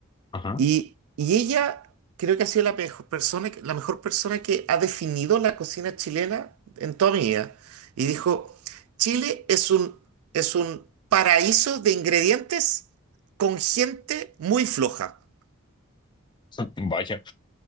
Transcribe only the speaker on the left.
Ajá.
<laughs> Vaya.